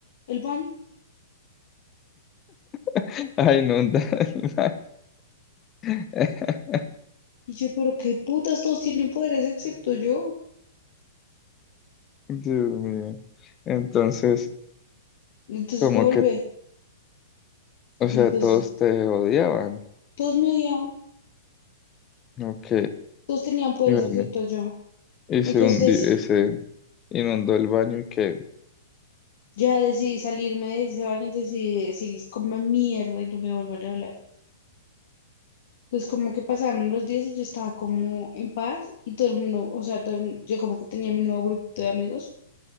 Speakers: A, on the left; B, on the left.
A: el baño.
B: <laughs> Ay, no. da- <laughs>
A: Y yo, pero qué putas, todos tienen poderes excepto yo.
B: Dios mío. Entonces,
A: Y entonces
B: como
A: me volví.
B: que O
A: Entonces,
B: sea, todos te odiaban.
A: todos me odiaban,
B: Ok.
A: todos tenían poderes
B: Y bueno,
A: excepto yo.
B: y se
A: Entonces,
B: hundi-
A: deci-
B: y se inundó el baño y que.
A: ya decidí salirme de ese baño y decidí decirles coman mierda y no me vuelvan a hablar. Entonces, como que pasaron los días y yo estaba como en paz y todo el mundo, o sea, todo el mundo- yo como que tenía mi nuevo grupito de amigos